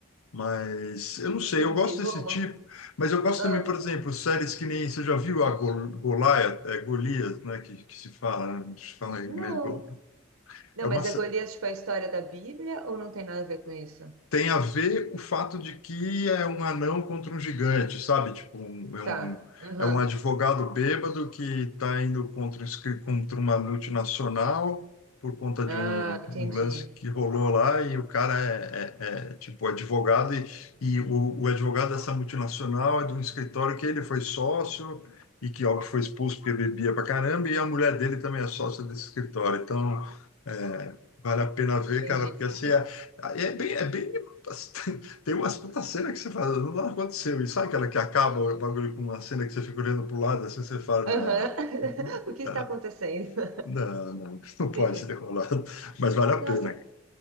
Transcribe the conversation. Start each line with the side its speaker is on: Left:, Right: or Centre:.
Left: Mas eu não sei,
Right: entendi.
Left: eu gosto
Right: Boa.
Left: desse tipo, mas eu gosto
Right: Ah,
Left: também, por exemplo, séries que nem, você já viu a Gol, Goliath, é, Golias, né, que, que se fala, né, se fala em
Right: não.
Left: inglês, Gol-
Right: Não,
Left: é uma,
Right: mas
Left: sé-
Right: é Golias, tipo, é a história da Bíblia ou não tem nada a ver com isso?
Left: tem a ver o fato de que é um anão contra um gigante, sabe? Tipo, um- é
Right: Tá.
Left: um,
Right: Aham.
Left: é um advogado bêbado que está indo contra, um escri- contra uma multinacional por conta de
Right: Ah,
Left: um,
Right: entendi.
Left: um lance que rolou lá e o cara é, é- é, tipo advogado e, e o, o advogado dessa multinacional é de um escritório que ele foi sócio e que, óbvio, foi expulso porque bebia pra caramba e a mulher dele também é sócia desse escritório. Então, é, vale a pena ver,
Right: Entendi.
Left: cara, porque assim,
Right: E-
Left: é- é bem, é bem <laughs> Tem umas puta cena que você fala, não aconteceu. E sabe aquela que acaba o bagulho com uma cena que você fica olhando pro lado, assim você fala, não,
Right: Aham. <laughs> O que está
Left: não,
Right: acontecendo?
Left: não, não, não <laughs> pode
Right: Sim.
Left: ter rolado. Mas vale a
Right: Nossa,
Left: pena.